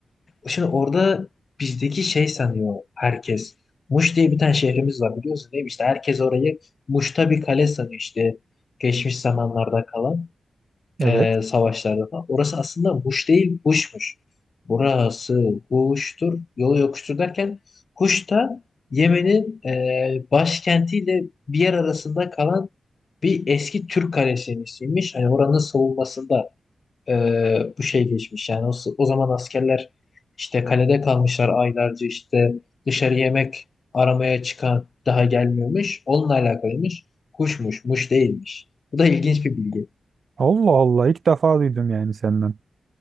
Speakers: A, on the left; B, on the right.
A: Şimdi orada bizdeki şey sanıyor herkes. Muş diye bir tane şehrimiz var biliyorsun değil mi? İşte herkes orayı Muş'ta bir kale sanıyor işte. Geçmiş zamanlarda kalan. e,
B: Evet.
A: savaşlarda falan. Orası aslında Huş değil, Huş'muş. Burası Huş'tur, yolu yokuştur derken Huş da Yemen'in e, başkentiyle bir yer arasında kalan bir eski Türk kalesinin ismiymiş. Hani oranın savunmasında e, bu şey geçmiş. Yani o, o zaman askerler işte kalede kalmışlar aylarca işte dışarı yemek aramaya çıkan daha gelmiyormuş. Onunla alakalıymış. Huşmuş, muş değilmiş. Bu da ilginç bir bilgi.
B: Allah Allah ilk defa duydum yani senden.